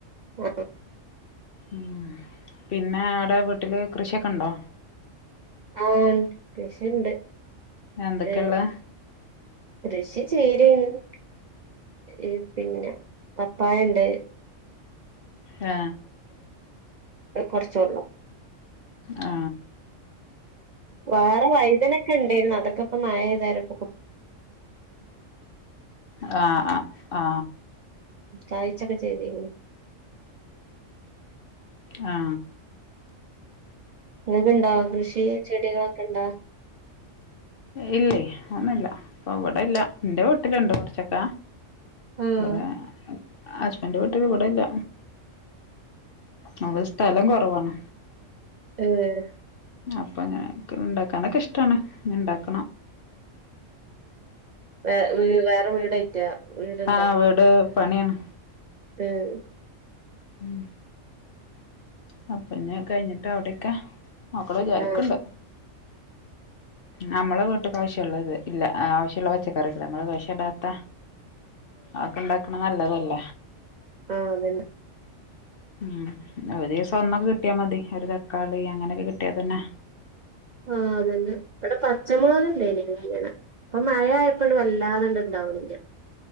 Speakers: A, on the right (about 55°); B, on the left (about 55°).
A: ആ
B: ഉം പിന്നെ ആടെ വീട്ടില് കൃഷിയൊക്കെ ണ്ടോ
A: ആ ണ്ട് കൃഷിണ്ട്
B: എന്തൊക്കെള്ളെ
A: അ് കൃഷി ചെയ് ര് പിന്നെ പപ്പായണ്ട്
B: ആ
A: കൊർച്ചോള്ളൂ
B: ആ
A: വേറെ വൈതനൊക്കെ ണ്ടേയിര്ന്നു അതൊക്കെ ഇപ്പൊ മായേതാരപൊക്കം
B: ആ അ ആ
A: കായ്ചൊക്കെ ചെയതേരുന്നു
B: ആ
A: അതൊക്കെ ഇണ്ടോ കൃഷി ചെടികളൊക്കെ ഇണ്ട
B: ഇല്ലേ ആമില്ല അപ്പൊ അവിടെ ഇല്ല ഇന്റെ വീട്ടിലെണ്ട് കുറ ചക്ക
A: ആഹ്
B: ഇവടെ ഹസ്ബൻഡ് വീട്ട് ഇവിടെ ഇല്ല <unintelligible> സ്ഥലം കൊറവാണ്
A: ഏഹ്
B: അപ്പൊ അങ്ങനെ ഇണ്ടാക്കാനൊക്കെ ഇഷ്ട്ടാണ് ഇണ്ടാക്
A: വേ വീ വേറെ വീട് റ്റ വീടിണ്ടാ
B: ആ വീട് പണിയാണ്
A: ഉം
B: ഉം അ പിന്നെ കഴിഞ്ഞിട്ട് അവിടെക്ക മക്കള് വിചാരിക്കണ്ട്
A: ആഹ്
B: നമ്മള വീട്ടക്ക് ആവശ്യള്ളത് ഇല്ല ആവശ്യമുള്ള പച്ചക്കറികള് നമ്മള് വെഷിടാത്ത ആ എക്കെ ഇണ്ടാക്കണത് നല്ലത ഇല്ല
A: ആ അതന്നെ
B: ഉം അവരേസ് പൊന്നൊക്കെ കിട്ടിയാ മതി ഒരു തക്കാളി അങ്ങനെയൊക്കെ കിട്ടിയാ തന്നെ
A: ആ അതന്നെ ഇവിടെ പച്ചമുളക് ഇല്ലേന അങ്ങന അപ്പൊ മഴ ആയപ്പോഴണ്ട് വല്ലാതണ്ട് ഇണ്ടാവണില്ല